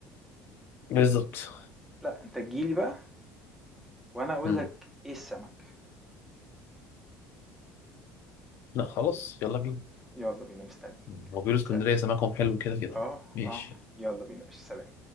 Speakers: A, on the left; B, in the centre.
A: بالظبط
B: لأ أنت تيجي لي بقى وأنا أقول
A: مم.
B: لك إيه السمك،
A: لا خلاص يلا بينا
B: يالّا بينا مستنّيك،
A: هو بيقولوا اسكندرية
B: سل
A: سمكهم حلو كده كده
B: آه،
A: ماشي
B: آه، يالّا بينا يا باشا سلام.